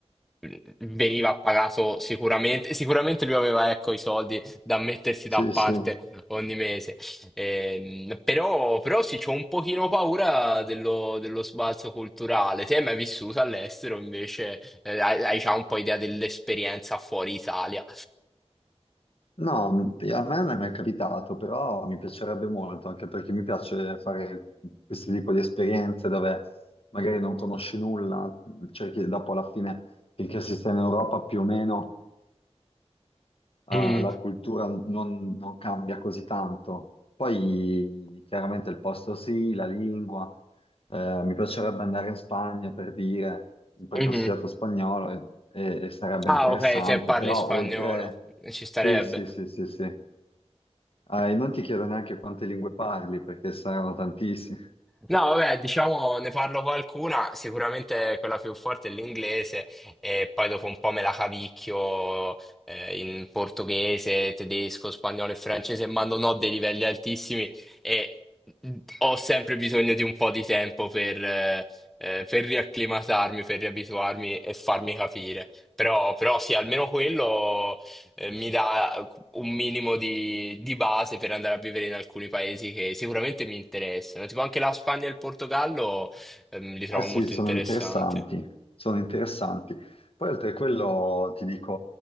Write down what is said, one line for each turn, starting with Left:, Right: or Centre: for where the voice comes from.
Centre: e veniva pagato sicuramente. Sicuramente lui aveva, ecco, i soldi da mettersi
Left: Sì,
Centre: da parte
Left: sì.
Centre: ogni mese. Ehm, però, però sì, c'ho un pochino paura dello, dello sbalzo culturale. Te hai mai vissuto all'estero, invece, Eh, hai, hai già un po' idea dell'esperienza fuori Italia.
Left: No, m- a me non è mai capitato, però mi piacerebbe molto, anche perché mi piace fare questo tipo di esperienze dove magari non conosci nulla, cerchi dopo alla fine, finché si sta in Europa più o meno, eh,
Centre: Mm,
Left: la cultura non, non cambia così tanto. Poi chiaramente il posto sì, la lingua. Eh, mi piacerebbe andare in Spagna per dire, perché
Centre: mhm.
Left: ho studiato spagnolo e, e- e sarebbe
Centre: Ah,
Left: interessante,
Centre: ok, te parli
Left: però
Centre: spagnolo,
Left: oltre...
Centre: ci starebbe.
Left: Sì, sì, sì, sì, sì. Ah, e non ti chiedo neanche quante lingue parli, perché saranno tantissime.
Centre: No, vabbè, diciamo, ne parlo qualcuna, sicuramente quella più forte è l'inglese e poi dopo un po' me la cavicchio eh, in portoghese, tedesco, spagnolo e francese, ma non ho dei livelli altissimi e ho sempre bisogno di un po' di tempo per, eh, eh, per riacclimatarmi, per riabituarmi e farmi capire. Però, però sì, almeno quello eh, mi dà un minimo di, di base per andare a vivere in alcuni paesi che sicuramente mi interessano. Tipo anche la Spagna e il Portogallo, ehm, li trovo
Left: Eh sì,
Centre: molto
Left: sono
Centre: interessanti.
Left: interessanti, sono interessanti. Poi oltre a quello ti dico,